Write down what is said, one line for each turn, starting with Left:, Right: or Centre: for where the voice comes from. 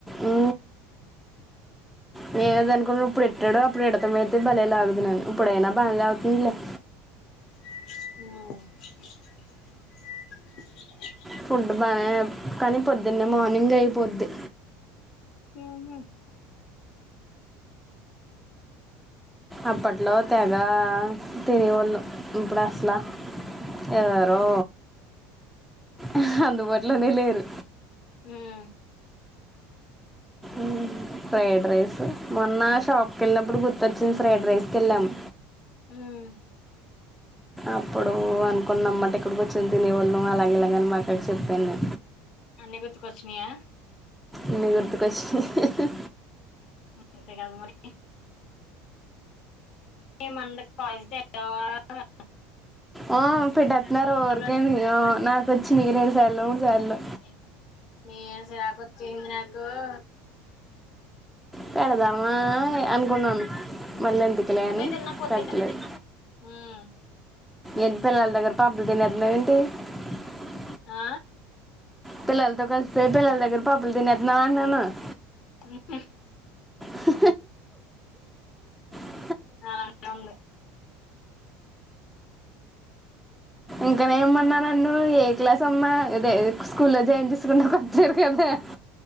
Centre: ఉ నేనేది అనుకున్నా ఇప్పుడు ఎట్టాడో అప్పుడు ఎడతంమయితే భలే లాగదు ను <unintelligible> ఇప్పుడేనా బంగ్లావతిన్లే <inaudible>
Left: అ
Centre: ఫుడ్ బానే కానీ పొద్దున్నే మార్నింగ్ అయిపోద్ది
Left: ఉహు
Centre: అప్పట్లో తెగ తినేవాళ్ళు ఇప్పుడు అసల ఎవరో ఆహ్ అందుబాటులోనే లేరు
Left: ఉమ్
Centre: ఉమ్ ఫ్రైడ్ రైస్ మొన్న షాప్ కె వెళ్ళినప్పుడు గుర్తొచ్చింది. ఫ్రైడ్ రైస్కి వెళ్ళాము.
Left: ఉమ్
Centre: అప్పుడు అనుకున్న అమ్మాట ఇక్కడికి వచ్చింది తినేవాళ్ళు అలాగే ఇలాగని మాకు అడకి చెప్పాను న
Left: అన్ని గుర్తుకొచ్చినయా
Centre: అన్ని గుర్తుకోచ్చనాయ్ హా ఆహా
Left: ముంత కదు మరి ఇ మజ <unintelligible>
Centre: ఆ ఫిడ్డత్న్నారుక
Left: లోని
Centre: నా <unintelligible> వచ్చినాయ్ ఇరవై ఐదు సార్లు సార్లు
Left: నేను నేను స సిరాకొచ్చింది నాకో <inaudible>
Centre: పెడదామా అనుకున్నాను మళ్ళీ ఎందుకలే
Left: నువ్వే
Centre: అని
Left: తిన్నావ్ పొద్దున్న
Centre: పెడతలేదు
Left: ఉమ్
Centre: ఎంటి పిల్లల దగ్గర పబ్బులు తినదన్నా ఏంటి <unintelligible>
Left: ఆ
Centre: పిల్లలతో కల్సి పిలాలుగరు పబ్బులు తిన్న వన్నాను <unintelligible>
Left: ఉహు
Centre: హు హు
Left: ఆ అవును
Centre: ఇంకానే ఏమన్నా నన్ను ఏ క్లాస్ అమ్మా ఇదే స్కూల్లో జాయిన్ చేసుకుంట వచ్చారు కదా <unintelligible>